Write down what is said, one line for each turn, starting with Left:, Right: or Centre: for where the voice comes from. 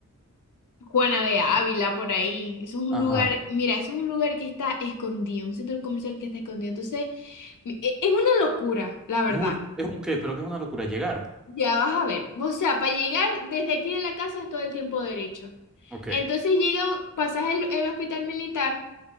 Left: Juana de Ávila por ahí. Eso es un
Centre: Ajá.
Left: lugar, mira, eso es un lugar que está escondido, un centro comercial que está escondido. entonces E- Es una locura, la verdad.
Centre: Es un, es un qué, pero que es una locura llegar.
Left: Ya vas a ver. O sea, para llegar desde aquí de la casa es todo el tiempo derecho.
Centre: Ok.
Left: Entonces llega, pasas el, el hospital militar,